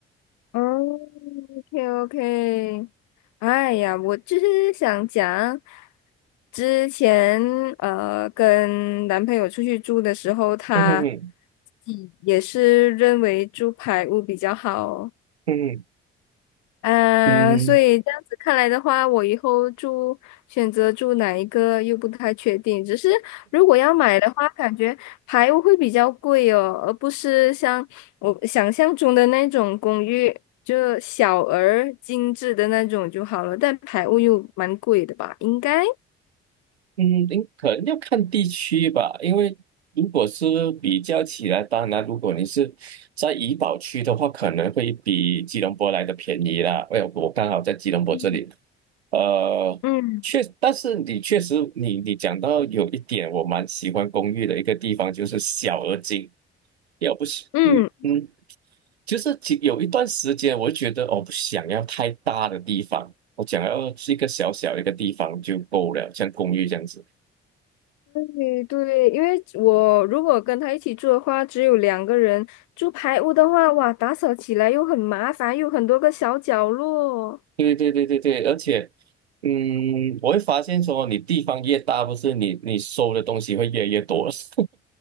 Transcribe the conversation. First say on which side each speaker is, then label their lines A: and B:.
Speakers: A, on the left; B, on the right.
A: 哦，OK，OK，哎呀，我就是想讲，之前呃跟男朋友出去住的时候，他
B: 嗯哼哼
A: 嗯也是认为住排屋比较好，
B: 嗯
A: 嗯，
B: 嗯。
A: 所以这样子看来的话，我以后住选择住哪一个又不太确定。只是如果要买的话，感觉排屋会比较贵哦，而不是像我想象中的那种公寓，就小而精致的那种就好了。但排屋又蛮贵的吧？应该，
B: 嗯，您可能要看地区吧，因为如果是比较起来，当然如果你是在怡保区的话，可能会比吉隆坡来的便宜啦。哎，我刚好在吉隆坡这里，
A: 嗯
B: 呃，
A: 嗯
B: 确，但是你确实，你你讲到有一点，我蛮喜欢公寓的一个地方，就是小而精，要不是，
A: 嗯
B: 嗯嗯，就是其有一段时间，我觉得我不想要太大的地方，我想要是一个小小一个地方就够了，像公寓这样子。
A: 对对，因为我如果跟他一起住的话，只有两个人住排屋的话，哇，打扫起来又很麻烦，又很多个小角落。
B: 对对对对对，而且，嗯，我会发现说，你地方越大，不是你你收的东西会越来越多，<laughs> 是